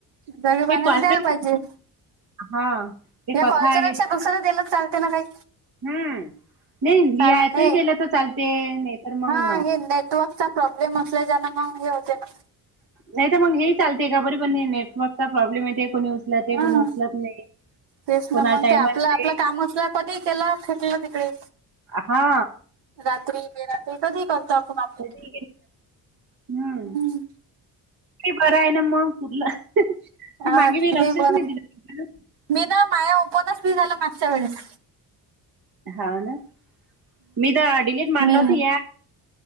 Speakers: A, on the right; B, on the right.
A: जळी पाण्याचं
B: हे कॉलच
A: द्यायला पाहिजे.
B: हा ते
A: या
B: कथा
A: कॉलच्या
B: आहे
A: पेक्षा दुसरं दिलं चालते ना काही
B: हम्म नाही लिहायचंही
A: कारण हे
B: दिलं तर चालते नाही तर मग
A: हा हे नेटवर्कचा प्रॉब्लेम असल्याच्यानं मग हे होते ना
B: नाही तर मग हे चालते का बरी पण हे नेटवर्कचा प्रॉब्लेम येते कोणी उचलते
A: हा
B: कोणी उचलत नाही
A: तेच ना
B: कोणाला
A: मग
B: टाइम
A: ते आपलं
B: असते
A: आपलं काम असलं कधी केलं फेकलं तिकडे
B: हा
A: रात्री बेरात्री कधी करतो आपण आपलं
B: कधी हम्म
A: हम्म.
B: ते बरं आहे ना मग कुठलं ते
A: हा
B: मागे मी लक्षच
A: हे बर
B: नाही दिलं
A: मी ना माया ओपनच नाही झालं मागच्या वेळेस
B: हो ना मी तर डिलीट मारलं
A: मी
B: होतं या